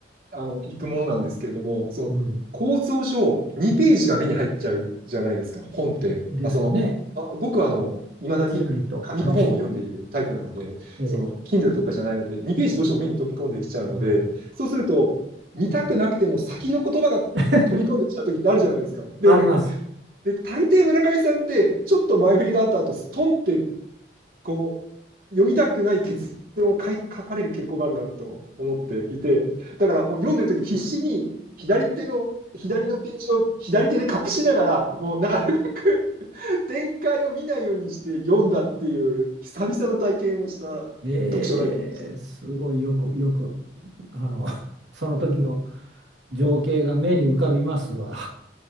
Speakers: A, on the right; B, on the right.
A: あの、いくものなんですけれども、その、
B: うん。
A: 構造上2ページが目に入っちゃうじゃないですか、本って。
B: ですよね。
A: あ、その、あ、僕はあの、いまだに紙の本を読んでいるタイプなので、
B: ちらりと、はい、<laughs> え
A: その、Kindle とかじゃないので、2ページどうしても目に飛び込んできちゃうので、
B: ー、うん、
A: そうすると、見たくなくても先の言葉が飛び込んできちゃう時ってあるじゃないですか。
B: <laughs>
A: で、
B: あります。
A: で、大抵村上さんって、ちょっと前振りがあった後、ストンって、こう、読みたくない結論を書い書かれる傾向があるなと思っていて、だからもう読んでる時必死に左手の、左のページを左手で隠しながら、もうなるべく展開を見ないようにして読んだっていう、久々の体験をした読書体験でした。
B: えー、すごいよく、よく、あの、<laughs> その時の情景が目に浮かびますわ。